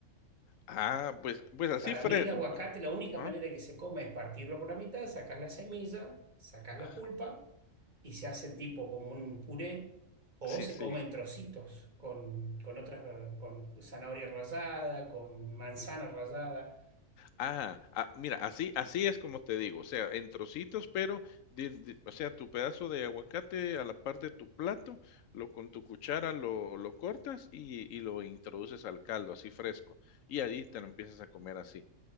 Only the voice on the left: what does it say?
Ah, pues pues así
fre
ajá,
ah,
sí,
sí.
Ah, ah, mira, así así es como te digo, o sea, en trocitos, pero de de o sea, tu pedazo de aguacate a la par de tu plato, lo con tu cuchara lo lo cortas y y lo introduces al caldo, así fresco, y ahí te lo empiezas a comer así.